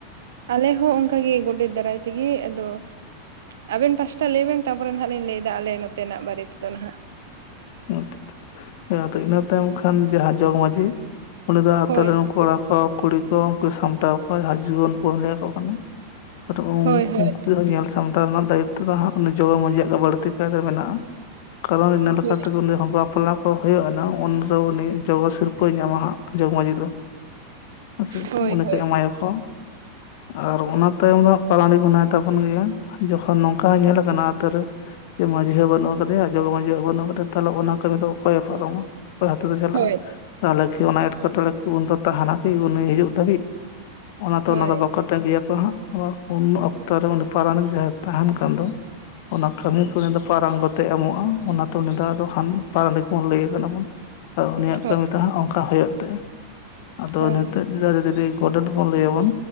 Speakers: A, on the right; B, on the left.
A: ᱟᱞᱮ ᱦᱚᱸ ᱚᱱᱠᱟ ᱜᱮ ᱜᱚᱰᱮᱛ ᱫᱟᱨᱟᱭ ᱛᱮᱜᱮ ᱟᱫᱚᱼᱼ ᱟᱵᱮᱱ ᱯᱟᱥᱴᱟ ᱞᱟᱹᱭ ᱵᱮᱱ ᱛᱟᱨᱯᱚᱨᱮ ᱱᱟᱦᱟᱸᱜ ᱞᱤᱧ ᱞᱟᱹᱭ ᱫᱟ ᱟᱞᱮ ᱱᱚᱛᱮ ᱱᱟᱜ ᱵᱟᱨᱮ ᱛᱮᱫᱚ ᱱᱟᱦᱟᱸᱜ?
B: <inaudible> ᱟᱫᱚ ᱤᱱᱟᱹ ᱛᱟᱭᱚᱢ ᱠᱷᱟᱱ ᱡᱟᱦᱟᱸ ᱡᱚᱜᱽ ᱢᱟᱡᱷᱤᱼᱼ ᱩᱱᱤ ᱫᱚ ᱟᱛᱳ
A: ᱦᱳᱭ
B: ᱨᱮᱱ ᱠᱚᱲᱟ ᱠᱚ ᱠᱩᱲᱤ ᱠᱚ ᱩᱱᱠᱩᱭ ᱥᱟᱢᱴᱟᱣ ᱠᱚᱣᱟ ᱡᱟᱦᱟᱸ ᱡᱩᱣᱟᱹᱱ ᱠᱚ ᱞᱟᱹᱭᱟ ᱠᱚ ᱠᱟᱱᱟ᱾ ᱟᱫ ᱩᱱ
A: ᱦᱳᱭ ᱦᱳᱭ
B: ᱩᱱᱠᱩ ᱧᱮᱞ ᱥᱟᱢᱴᱟᱣ ᱨᱮᱱᱟᱜ ᱫᱟᱭᱤᱛᱛᱚ ᱫᱚ ᱦᱟᱸᱜ ᱩᱱᱤ ᱡᱚᱜᱽ ᱢᱟᱡᱷᱤ ᱭᱟᱜ ᱜᱮ ᱵᱟᱹᱲᱛᱤ ᱠᱟᱭᱛᱮ ᱢᱮᱱᱟᱜ-ᱟ᱾ ᱠᱟᱨᱚᱱ ᱤᱱᱟᱹ ᱞᱮᱠᱟ
A: ᱦᱳᱭ
B: ᱛᱮ ᱩᱱᱤ ᱦᱚᱸ ᱵᱟᱯᱞᱟᱯᱼᱼ ᱠᱚ ᱦᱩᱭᱩᱜ-ᱟ ᱱᱟᱦᱟᱸᱜ ᱩᱱ ᱨᱮ ᱩᱱᱤ ᱡᱚᱜᱚ ᱥᱤᱨᱯᱟᱹᱭ ᱧᱟᱢᱟ ᱦᱟᱸᱜ ᱡᱚᱜᱽ ᱢᱟᱡᱷᱤ ᱫᱚ᱾ ᱦᱮᱸ ᱥᱮ
A: ᱦᱳᱭ
B: ᱩᱱᱤ
A: ᱦᱳᱭ
B: ᱠᱚ ᱮᱢᱟᱭᱟ᱾ ᱦᱚ ᱟᱨ ᱚᱱᱟ ᱛᱟᱭᱚᱢ ᱫᱚ ᱦᱟᱸᱜ ᱯᱟᱨᱟᱱᱤᱠ ᱢᱮᱱᱟᱭ ᱛᱟᱵᱚᱱ ᱜᱮᱭᱟ᱾ ᱡᱚᱠᱷᱚᱱ ᱱᱚᱝᱠᱟ ᱦᱚᱸ ᱧᱮᱞ ᱞᱟᱠᱟᱱᱟ ᱟᱛᱚ ᱨᱮ ᱮ ᱢᱟᱡᱷᱤ ᱦᱚᱸ ᱵᱟᱱᱩᱜ ᱟᱠᱟᱼᱼ ᱠᱟᱫᱮᱭᱟ ᱡᱚᱜᱽ ᱢᱟᱡᱷᱤ ᱦᱚᱸ ᱵᱟᱱᱩᱜ ᱠᱟᱫᱮ ᱛᱟᱦᱚᱞᱮ ᱚᱱᱟ ᱠᱟᱹᱢᱤ ᱫᱚ ᱚᱠᱚᱭᱮ ᱯᱟᱨᱚᱢᱟ ᱚᱠᱚᱭ ᱦᱚᱛᱮᱛᱮ ᱪᱟᱞᱟᱜ-ᱟ᱾
A: ᱦᱳᱭ
B: ᱛᱟᱦᱚᱞᱮ ᱠᱷᱤ ᱚᱱᱟ ᱮᱴᱠᱮᱴᱚᱬᱮ ᱠᱩ ᱩᱱ ᱫᱚ ᱛᱟᱦᱟᱱᱟ ᱠᱤ ᱩᱱᱤ ᱦᱤᱡᱩᱜ ᱫᱷᱟᱹᱵᱤᱡ ᱚᱱᱟ ᱛᱮ
A: ᱦᱳᱭ
B: ᱚᱱᱟ ᱫᱚ ᱵᱟᱠᱚᱼᱼ ᱴᱟ ᱜᱮᱭᱟ ᱠᱚ ᱦᱟᱸᱜ ᱟᱫᱚ ᱩᱱ ᱚᱠᱛᱚ ᱨᱮ ᱩᱱᱤ ᱯᱟᱨᱟᱱᱤᱠ ᱡᱟᱦᱟᱸᱭ ᱛᱟᱦᱮᱱ ᱠᱟᱱ ᱫᱚᱼᱼ ᱚᱱᱟ ᱠᱟᱹᱢᱤ ᱠᱚ ᱩᱱᱤ ᱫᱚ ᱯᱟᱨᱟᱝᱜᱚᱛ ᱮ ᱮᱢᱚᱜ-ᱟ ᱚᱱᱟ ᱛᱮ ᱩᱱᱤ ᱫᱚ ᱟᱫᱚ ᱦᱟᱱ ᱯᱟᱨᱟᱱᱤᱠ ᱵᱚᱱ ᱞᱟᱹᱭᱮ ᱠᱟᱱᱟ ᱵᱚᱱ᱾ ᱩᱱᱤ ᱭᱟᱜ
A: ᱦᱳᱭ ᱦᱳᱭ ᱦᱳᱭ
B: ᱠᱟᱹᱢᱤ ᱫᱚ ᱦᱟᱸᱜ ᱚᱱᱠᱟ ᱦᱩᱭᱩᱜ ᱛᱟᱭᱟ ᱟᱫᱚ
A: ᱦᱳᱭ
B: ᱱᱤ ᱛᱮᱜᱼᱼ ᱡᱮ <inaudible> ᱡᱚᱫᱤ ᱜᱚᱰᱮᱛ ᱵᱚᱱ ᱞᱟᱹᱭᱟ ᱵᱚᱱ